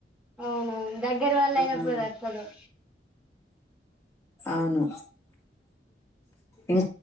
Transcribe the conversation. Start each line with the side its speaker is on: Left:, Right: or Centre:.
Centre: అవునవును దగ్గర వాళ్లు అయినప్పుడు
Left: ఉమ్,
Centre: తప్పదు
Left: అవును ఇం